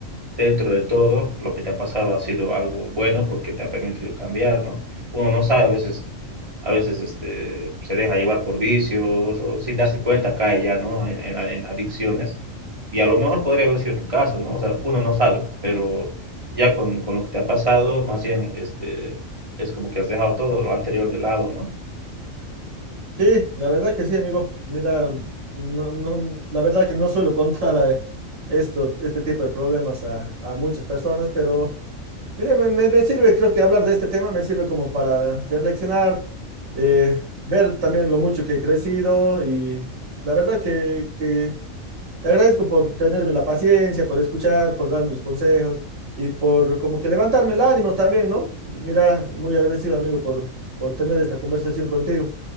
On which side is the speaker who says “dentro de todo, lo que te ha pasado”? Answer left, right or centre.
Right